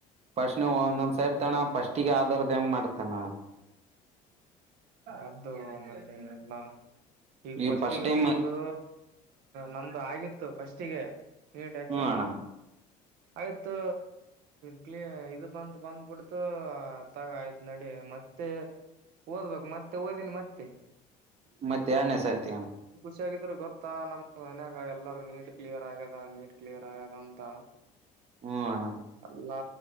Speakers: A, on the right; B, on the right.
A: ಫಸ್ಟ್ ನೀ ಒಂದೊಂದ್ ಸಾರಿ ತಣ ಫಸ್ಟಿಗೆ ಆಧಾರದ ಹೆಂಗ್ ಮಾಡ್ತಾನ
B: ಅದು ಮತ್ತೆ ಎಲ್ಲ ಈಗ
A: ಈ
B: ಫಸ್ಟಿಗೆ
A: ಫಸ್ಟ್ ಟೈಮ್
B: ಒಬ್ಬರದು ನಂದು ಆಗಿತ್ತು ಫಸ್ಟಿಗೆ ಏಟ ಎಕ್ಸಾಮಾ
A: ಹ್ಮ ಅಣ್ಣ
B: ಆಯ್ತು ಕ್ಲ ಇದು ಬಂತ ಬಂದ್ಬಿಡ್ತು ತಗ ಆಯ್ತ್ ನಡಿ ಮತ್ತ ಮತ್ತೆ ಓದ್ಬೇಕು ಮತ್ತೆ ಓದಿನಿ ಮತ್ತೆ
A: <unintelligible>
B: ಷ ಆಾಗಿದ್ರೆ ಗೊತ್ತಾ ನಮ್ ಮನ್ಯಾಗ ಎಲ್ಲಾರೂ ನೀಟ್ ಕ್ಲಿಯರ್ ಆಗ್ಯದ ನೀಟ್ ಕ್ಲಿಯರ್ ಆಗ್ಯದ ಅಂತ
A: ಹ್ಮಣ
B: ಎಲ್ಲಾ